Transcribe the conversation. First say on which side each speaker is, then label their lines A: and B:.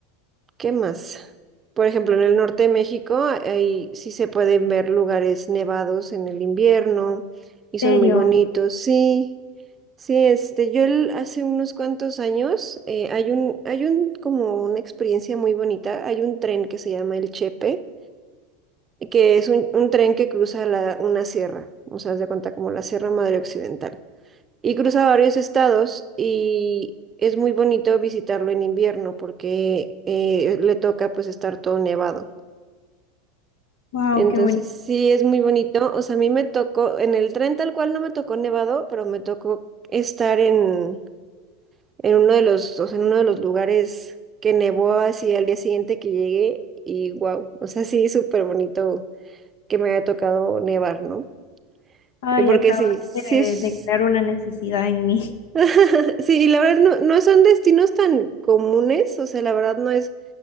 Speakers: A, on the right; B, on the left.
A: ¿Qué más? Por ejemplo, en el norte de México, ahí sí se pueden ver lugares nevados en el invierno y son
B: ¿En
A: muy
B: serio?
A: bonitos. Sí, sí, este, yo el- hace unos cuantos años eh, hay un, hay un, como una experiencia muy bonita. Hay un tren que se llama el Chepe, que es un, un tren que cruza la- una sierra, o sea, haz de cuenta como la Sierra Madre Occidental y cruza varios estados y es muy bonito visitarlo en invierno porque eh, le toca pues estar todo nevado.
B: Wow,
A: Entonces
B: qué bonito.
A: sí es muy bonito. O sea, a mí me tocó, en el tren tal cual no me tocó nevado, pero me tocó estar en, en uno de los, o sea, en uno de los lugares que nevó así al día siguiente que llegué y wow, o sea, sí, súper bonito que me haya tocado nevar, ¿no?
B: Ay,
A: Eh, Porque
B: acabas
A: sí, sí,
B: de
A: es-
B: de crear una necesidad en mí.
A: <laughs> Sí, y la verdad no, no son destinos tan comunes, o sea, la verdad no es,